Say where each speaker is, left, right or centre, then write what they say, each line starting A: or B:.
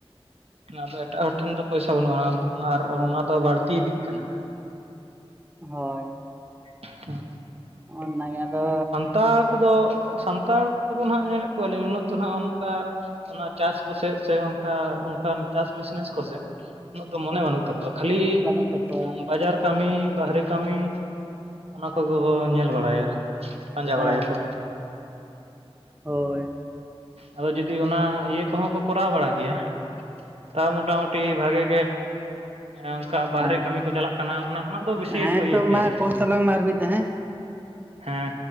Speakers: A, on the right (about 80°); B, on the right (about 20°).
A: ᱟᱫᱚ ᱮᱴᱟᱜ ᱦᱚᱲ ᱴᱷᱮᱱ ᱫᱚ ᱯᱚᱭᱥᱟ ᱵᱟᱹᱱᱩᱜᱼᱟ ᱟᱨ ᱚᱱᱟ ᱫᱚ ᱵᱟᱹᱲᱛᱤ ᱤᱫᱤᱜ ᱠᱟᱱᱟ ᱾
B: ᱦᱳᱭ
A: ᱦᱩᱸ
B: ᱚᱱ ᱚᱱᱟᱜᱮ ᱟᱫᱚᱻ
A: ᱛᱟᱲ ᱠᱚᱫᱚ ᱥᱟᱱᱛᱟᱲ ᱠᱚᱫᱚ ᱱᱟᱜ ᱧᱮᱞᱮᱫ ᱠᱚᱣᱟᱞᱤᱧ ᱩᱱᱟᱹᱜ ᱫᱚ ᱱᱟᱦᱟᱜ ᱚᱱᱠᱟ ᱚᱱᱟ ᱪᱟᱥ ᱠᱚᱥᱮ ᱥᱮ ᱚᱱᱠᱟ ᱚᱱᱠᱟᱱ ᱪᱟᱥ ᱵᱤᱡᱱᱮᱥ ᱠᱚᱥᱮ ᱩᱱᱟᱹᱜ ᱫᱚ ᱢᱚᱱᱮ ᱵᱟᱹᱱᱩᱜ ᱛᱟᱠᱚᱣᱟ ᱾ ᱠᱷᱟᱹᱞᱤ
B: ᱵᱟᱹᱱᱩᱜ ᱛᱟᱠᱚᱣᱟ
A: ᱵᱟᱡᱟᱨ ᱠᱟᱹᱢᱤ ᱵᱟᱦᱨᱮ ᱠᱟᱹᱢᱤ ᱚᱱᱟ ᱠᱚᱜᱮ ᱠᱚ ᱧᱮᱞ ᱵᱟᱲᱟᱭᱟ ᱯᱟᱸᱡᱟ
B: ᱦᱮᱸ
A: ᱵᱟᱲᱟᱭ ᱟᱠᱚ
B: ᱦᱳᱭ
A: ᱟᱫᱚ ᱡᱩᱫᱤ ᱚᱱᱟ ᱤᱭᱟᱹ ᱠᱚᱦᱚᱸ ᱠᱚ ᱠᱚᱨᱟᱣ ᱵᱟᱲᱟ ᱜᱮᱭᱟ ᱾ ᱛᱟᱣ ᱢᱚᱴᱟ ᱢᱩᱩᱴᱤ ᱵᱷᱟᱜᱮ ᱮᱸ ᱵᱟᱦᱨᱮ
B: ᱦᱮᱸ
A: ᱠᱟᱹᱢᱤ ᱠᱚ ᱪᱟᱞᱟᱜ ᱠᱟᱱᱟ ᱚᱱᱟ ᱠᱷᱚᱱᱟᱜ ᱫᱚ ᱵᱮᱥᱤ
B: ᱦᱮᱸ
A: ᱜᱮᱠᱚ ᱤᱭᱟᱹ
B: ᱛᱚ
A: ᱠᱮᱭᱟ
B: ᱢᱟ
A: ᱡᱮ,
B: ᱠᱚᱞ ᱛᱟᱞᱟᱝ ᱢᱮ ᱟᱨ ᱢᱤᱫ ᱫᱷᱟᱣ ᱦᱮᱸ
A: ᱦᱮᱸ